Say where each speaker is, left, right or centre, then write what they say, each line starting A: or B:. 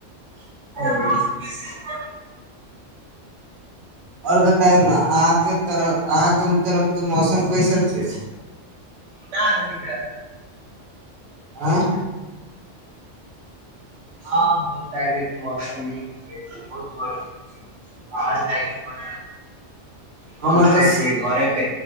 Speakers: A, on the right; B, on the right.
A: ह
B: ओर बतायौ ने अहाँके त अहाँके तरफ के मौसम कैसन छै <inaudible>
A: ना नदीक
B: आंय
A: हँ ह त मौसम नीक बहुत गर्मी बाहर जायके मन कोन
B: हमर
A: करै
B: तऽ
A: छी घरे पे